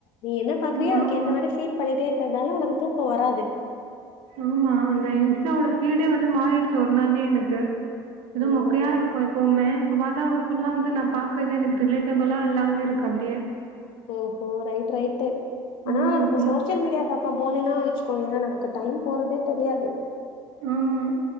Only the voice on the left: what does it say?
நீ என்ன பாக்குறியோ
அதுக்கு
ஏத்த மாதிரி பீட் பண்ணிட்டே இருக்கறனால உனக்கு தூக்கோ வராது
ம்.
ஓ ஹோ ரைட் ரைட் அனா
நம்ம
சோசியல் மீடியா பக்கோ போனேன்னா வெச்சு கோ ஏன நமக்கு டைம் போறதே தெரியாது